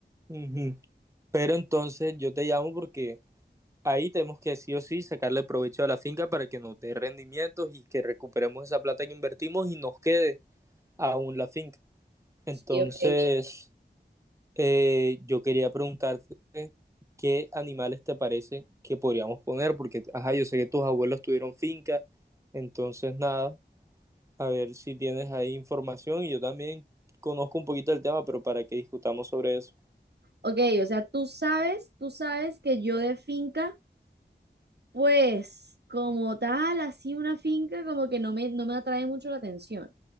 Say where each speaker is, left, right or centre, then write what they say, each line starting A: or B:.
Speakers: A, on the right; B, on the right.
A: Ujú. Pero entonces yo te llamo porque Ahí tenemos que sí o sí sacarle provecho a la finca para que nos dé rendimientos y que recuperemos esa plata que invertimos y nos quede aún la finca. Entonces,
B: Sí, ok.
A: eh, yo quería preguntarte qué animales te parece que podríamos poner, porque, ajá, yo sé que tus abuelos tuvieron finca, entonces nada, a ver si tienes ahí información y yo también conozco un poquito del tema, pero para que discutamos sobre eso.
B: Ok, o sea, tú sabes, tú sabes que yo de finca, pues como tal, así una finca como que no me, no me atrae mucho la atención.